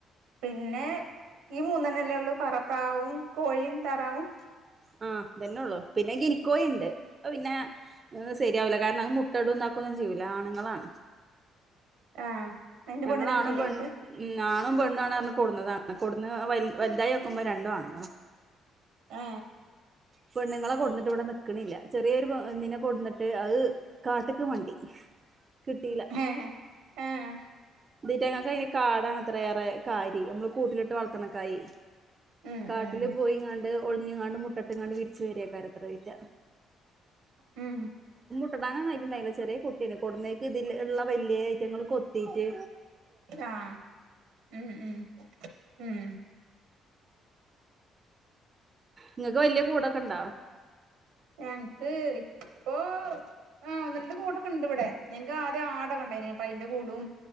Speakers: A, on the right; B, on the right.
A: പിന്നെ ഈ മൂന്നെണ്ണല്ലേള്ളൂ പറപ്രാവും കോഴിം താറാവും
B: ആ തന്നെള്ളൂ പിന്നെ ഗിനിക്കോഴിണ്ട് പിന്നെ ആ സരിയാവില്ല കാരണം മുട്ടടും താക്കൊന്നും ചെയ്യൂ ലാണ്ങ്ങളാണ്
A: ആഹ് അയിന്റെ
B: ഞങ്ങളാണും
A: പെണ്ണിനെ കിട്ടീല്ലേ
B: പെണ്ണും
A: നിനക്ക്
B: ഉം ഞാണും പെണ്ണു ആണ് റഞ്ഞ് കൊടുന്നതാണ് കൊടന്ന് വൽ വൽതായോക്കുമ്പോ രണ്ടൊ ആണ്.
A: ഏ
B: പെണ്ണ്ങ്ങളെ കൊടുന്ന്ട്ട് വടെ നിക്കണില്ല, ചെറിയൊരു പൊ ന്നിനെ കൊടുന്നിട്ട് അ കാട്ട്ക്ക് മണ്ടി. കിട്ടീല.
A: ഏഹ് ഏഹ്
B: ഇതിറ്റങ്ങക്കയിന്ന് കാടാണ്ത്രെ റേ കാര്യേ, മ്മള് കൂട്ടിലിട്ട് വളത്ത്ണേക്കായി.
A: ഉം
B: കാട്ടില്
A: ഉം
B: പോയിങ്ങാണ്ട് ഒളിഞ്ഞ്ങ്ങാണ്ട് മുട്ടട്ട്ങ്ങാണ്ട് വിരിച്ച് വെരേക്കാരത്രേ ഇറ്റ.
A: ഉം.
B: ട്ടിടാനൊന്നായിട്ടുണ്ടായില്ല ചെറിയ കുട്ടിയെല്ലെ കൊടുന്നേക്കിതില്ള്ള വെല്ലി യ്റ്റങ്ങള് കൊത്തിയിറ്റ്,
A: ആ ഉ ഉം ഉം
B: ഇങ്ങക്ക് വല്യ കൂടൊക്കെണ്ടോ?
A: ഞങ്ങ്ക്ക് ഇപ്പോ ആ ഒന്ന് രണ്ട് കൂടോക്കെണ്ട്വ്ടെ. നങ്ങ്ക്ക് ആദ്യം ആടൊക്കെണ്ടായിന്നപ്പ യിന്റെ കൂടും,